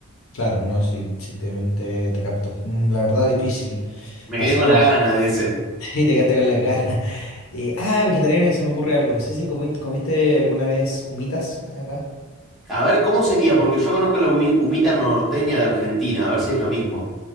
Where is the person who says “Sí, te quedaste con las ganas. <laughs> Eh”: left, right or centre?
Left